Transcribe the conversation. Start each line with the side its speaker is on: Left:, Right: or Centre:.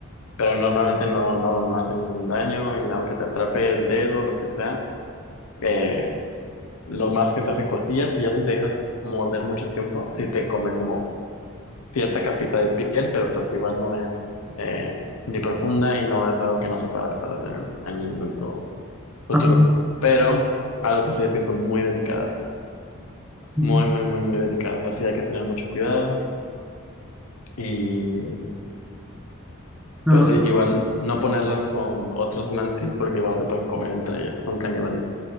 Left: pero no, normalmente no, no, no hace ningún daño y aunque te atrape el dedo, lo que sea, eh, lo más que te hace costillas y ya si te dejas morder mucho tiempo, si te come como cierta capita de piel, pero pues igual no es eh, ni profunda y no es algo que no se pueda reparar en, un- en un momento futuro.
Centre: ah,
Left: Pero algo que sí es que son muy delicadas,
Centre: ah.
Left: muy, muy, muy, muy delicadas. Así hay que tener mucho cuidado y
Centre: ah.
Left: pues sí, igual no ponerlas con otros mantis porque igual se pueden comer entre ellas, son caníbales.